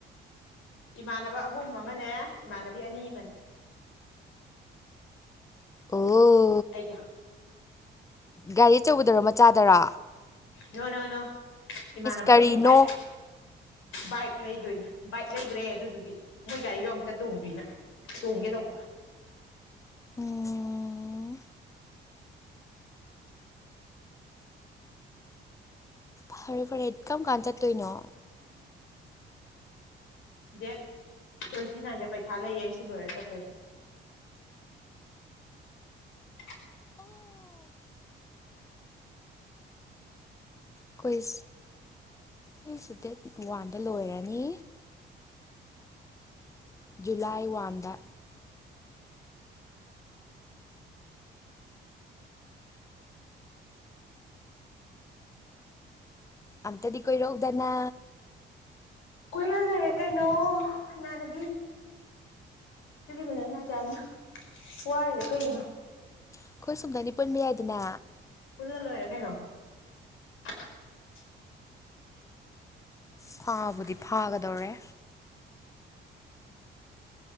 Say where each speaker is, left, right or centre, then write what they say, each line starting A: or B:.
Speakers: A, on the left; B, on the left.
A: ꯏꯃꯥꯟꯅꯕ ꯑꯍꯨꯝ ꯑꯃꯅꯦ ꯏꯃꯥꯟꯅꯕꯤ ꯑꯅꯤ ꯑꯃꯅꯦ
B: ꯑꯣ
A: ꯑꯩꯒ
B: ꯒꯥꯔꯤ ꯑꯆꯧꯕꯗꯔ ꯃꯆꯥꯗꯔꯥ
A: ꯅꯣ ꯅꯣ ꯅꯣ ꯏꯃꯥꯟꯅꯕ
B: ꯀꯔꯤꯅꯣ
A: ꯀꯩꯒꯤ ꯕꯥꯏꯛ ꯕꯥꯏꯛ ꯂꯩꯗꯣꯏꯅꯦ ꯕꯥꯏꯛ ꯂꯩꯗ꯭ꯔꯦ ꯑꯗꯨꯗꯨꯒꯤ ꯃꯣꯏ ꯒꯥꯔꯤꯗꯣ ꯑꯃꯨꯛꯇ ꯇꯣꯡꯗꯣꯏꯅ ꯇꯣꯡꯒꯦ ꯇꯧꯕꯧꯕ
B: ꯎꯝ ꯐꯔꯦ ꯐꯔꯦ ꯑꯦꯀꯝ ꯀꯥꯟ ꯆꯠꯇꯣꯏꯅꯣ
A: ꯎꯝ ꯗꯦꯠ ꯇ꯭ꯋꯦꯟꯇꯤ ꯅꯥꯏꯟꯗ ꯄꯩꯈꯥ ꯂꯩꯌꯦ ꯁꯤ ꯂꯣꯏꯔ ꯆꯠꯇꯣꯏꯅꯦ <unintelligible>
B: ꯍꯈ ꯍꯈꯁꯨ ꯗꯦꯠ ꯋꯥꯟꯗ ꯂꯣꯏꯔꯅꯤ ꯖꯨꯂꯥꯏ ꯋꯥꯗ ꯑ ꯇꯗꯤ ꯀꯣꯏ ꯔꯣꯒꯗꯅ
A: ꯀꯨꯏꯜꯂꯨ ꯍ ꯀꯥꯏꯩꯅꯣ ꯅꯅꯕꯤ ꯑꯗꯨꯒꯤꯕꯨ ꯅꯪꯅꯗ ꯌꯥꯝꯅ ꯋꯥꯔꯤꯔꯤꯗꯣ ꯀꯩꯒꯤꯅꯣ
B: ꯑꯩꯈꯣꯏ ꯁꯨꯝꯗꯅꯤ ꯄꯨꯟꯕ ꯌꯥꯏꯗꯅ
A: ꯄꯨꯜꯂ ꯂꯣꯏꯔꯦ ꯀꯩꯅꯣ <unintelligible>
B: ꯐꯥꯕꯨꯗꯤ
A: ꯍ
B: ꯐꯥꯒꯗꯧꯔꯦ
A: ꯍ